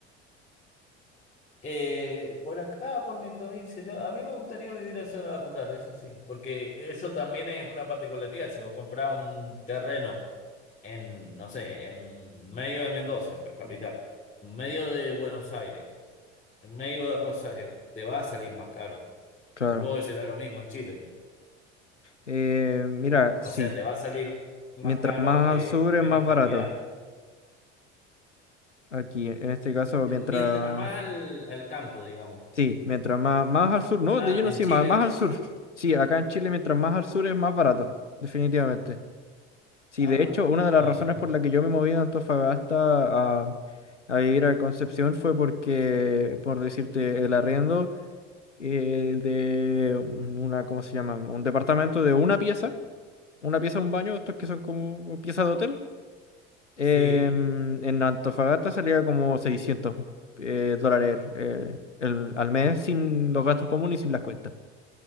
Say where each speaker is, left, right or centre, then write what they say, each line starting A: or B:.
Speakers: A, on the left (about 20°); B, on the left (about 80°).
A: Eh, por acá, por mi provincia, yo, a mí me gustaría vivir en zona rural, eso sí, porque eso también es una particularidad. Si vos comprás un terreno en, no sé, en medio de Mendoza, la capital, medio de Buenos Aires En medio de Rosario, te va a salir más caro.
B: Claro.
A: Supongo que será lo mismo en Chile.
B: Eh, mira,
A: O
B: sí.
A: sea, te va a salir más
B: Mientras
A: caro,
B: más
A: eh,
B: al sur es
A: menos
B: más
A: cantidad.
B: barato. Aquí, en este caso,
A: Eh,
B: mientras...
A: Mientras más al, al campo, digamos.
B: Sí, mientras más, más al sur. No,
A: Ah,
B: de lleno
A: en
B: sí,
A: Chile,
B: más, más
A: vos
B: al sur.
A: decís.
B: Sí, acá en Chile, mientras más al sur es más barato. Definitivamente. Sí,
A: Ah,
B: de hecho, una de
A: ah,
B: las razones
A: mira vos.
B: por la que yo me moví de Antofagasta a, a vivir a Concepción fue porque, por decirte, el arriendo eh, de una, ¿cómo se llama? Un departamento de una pieza. Una pieza, un baño, estos que son como piezas de hotel Em,
A: Sí,
B: en Antofagasta salía como 600 eh, dólares eh, el- al mes sin los gastos comunes y sin las cuentas.